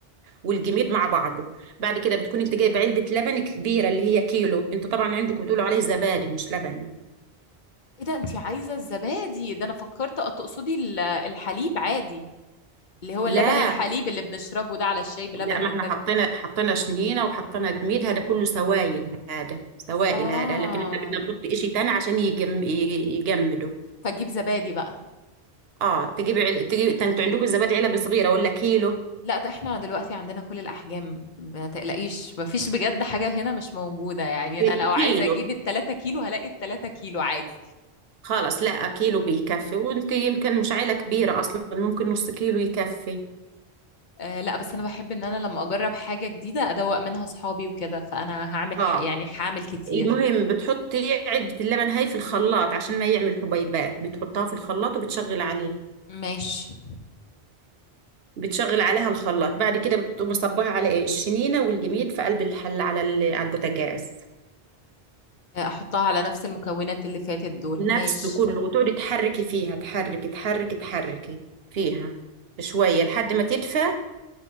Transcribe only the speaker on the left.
<laughs> ايه ده انتي عايزة الزبادي ده انا فكرت أ- تقصدي ال- الحليب عادي اللي هو
اللبن الحليب اللي بنشربه ده على الشاي بلبن
وكده
اه
فجيب زبادي بقى
لا ده احنا دلوقتي عندنا كل الاحجام ما تقلقيش مفيش بجد حاجة هنا مش موجودة يعني انا
لو
عايزة اجيب التلاتة كيلو هلاقي التلاتة كيلو عادي
آه لا بس انا بحب ان انا لما اجرب حاجة جديدة ادوق منها اصحابي وكده فانا هعمل
ح... يعني هعمل كتير
ماشي
آه، احطها على نفس المكونات اللي فاتت دول
ماشي